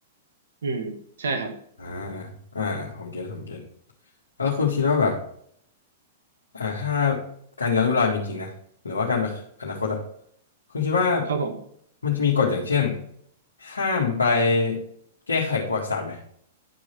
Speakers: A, on the right; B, on the left.
A: อืมใช่ครับ
B: อ่าอ่าผมเก็ตผมเก็ตแล้วคุณคิดว่าแบบอ่าถ้าการย้อนเวลามีจริงนะหรือว่าการไปอนาคตอะคุณคิดว่า
A: ครับผม
B: มันจะมีกฎอย่างเช่นห้ามไปแก้ไขประวัติศาสตร์ไหม